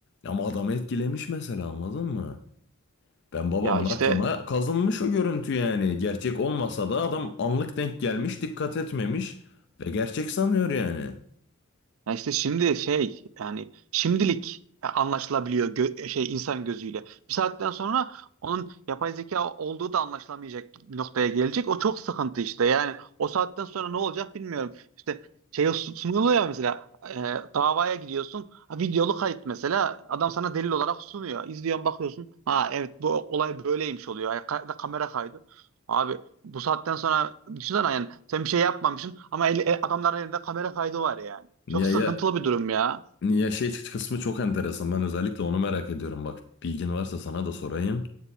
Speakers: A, on the left; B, on the right.
A: Ama adamı etkilemiş mesela anladın mı? Ben babamın
B: Ya işte
A: aklına kazınmış o görüntü yani. Gerçek olmasa da adam anlık denk gelmiş, dikkat etmemiş ve gerçek sanıyor yani.
B: Ya işte şimdi şey yani şimdilik anlaşılabiliyor gö- şey insan gözüyle. Bir saatten sonra onun yapay zeka olduğu da anlaşılamayacak bir noktaya gelecek. O çok sıkıntı işte. Yani o saatten sonra ne olacak bilmiyorum. İşte şey su- sunuluyor ya mesela e, davaya gidiyorsun. Ha, videolu kayıt mesela adam sana delil olarak sunuyor. İzliyorsun bakıyorsun. Ha evet bu olay böyleymiş oluyor. Ya, ka- da kamera kaydı. Abi bu saatten sonra düşünsene yani sen bir şey yapmamışsın ama el- el- adamların elinde kamera kaydı var yani.
A: Ya
B: Çok sıkıntılı
A: ya
B: bir durum ya.
A: ya şey kısmı çok enteresan. Ben özellikle onu merak ediyorum. Bak bilgin varsa sana da sorayım.